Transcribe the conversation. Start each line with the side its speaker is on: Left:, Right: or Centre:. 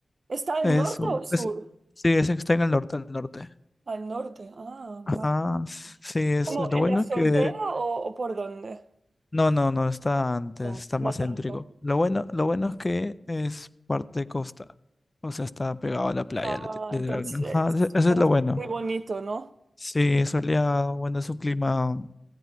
Right: ¿Está al
Left: es
Right: norte
Left: un,
Right: o al sur?
Left: es, sí, es, está en el norte, al norte.
Right: Al norte. Ah,
Left: Ajá,
Right: vale.
Left: sí, es,
Right: ¿Como
Left: lo
Right: en
Left: bueno
Right: la frontera
Left: es que...
Right: o, o por dónde?
Left: No, no, no, está antes,
Right: No,
Left: está
Right: no
Left: más
Right: tanto.
Left: céntrico. Lo bueno, lo bueno es que es parte costa, o sea, está pegado a la playa,
Right: Ah,
Left: lite- literalmente.
Right: entonces,
Left: Ajá, eso, eso es lo bueno.
Right: muy bonito, ¿no?
Left: Sí, soleado, bueno, es un clima,